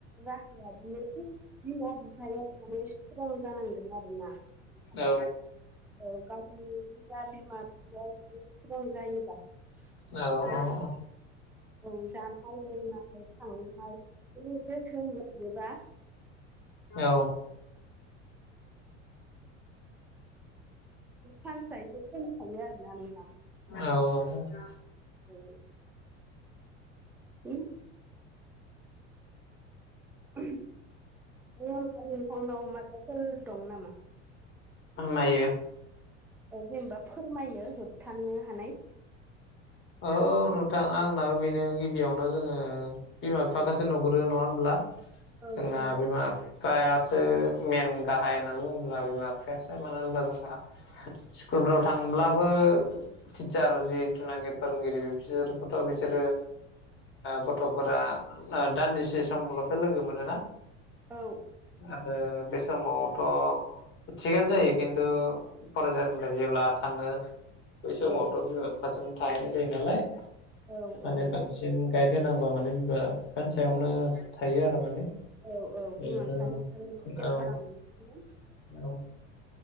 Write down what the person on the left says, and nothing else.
औ
औ औ
औ
औ
औ औ
आं नायो
औ नोंथां आंनाबो बेनो गिबियावनो जोङो बिमा बिफााखासो
नुग्रोरो नङा होनब्ला?
जोंना बिमा बिफायासो मेन गाहाय होननानै बुङोब्ला बिमा बिफायासो मानो होनब्ला जोंहा स्कुलफोराव
थांब्लाबो टिचार जितु नागिर फोरोंगिरि बिसोरखौथ बिसोरो गथ'फोरा दान्दिसे समलसो लोगो मोनोना
आरो बे समावथ थिगानो जायो खिन्थु फरायसानिफ्राय जेब्ला थाङो बै समावथ
बिमा बिफाजों थाहैनाय जायो नालाय
माने
बांसिन गाइड होनांगौआ माने बिबा बिफानि सायावनो थायो आरो माने
जिहेथु
औ
औ